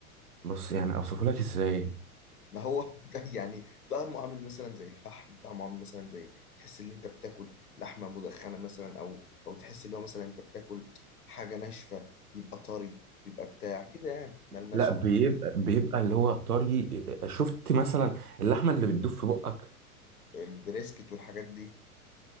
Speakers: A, on the right; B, on the left.
A: بص يعني أوصفهولك إزاي
B: ما هو <laughs> يعني طعمه عامل مثلا زي الفحم طعمه عامل مثلا زي تحس ان انت بتاكل لحمة مدخنة مثلا او او تحس ان هو مثلا انت بتاكل حاجة ناشفة بيبقى طري بيبقى بتاع كده يعني ملمسه
A: لا بيبقى بيبقى اللي هو طري شفت مثلا اللحمه اللي بتدوب في بقك
B: البريسكت والحاجات دي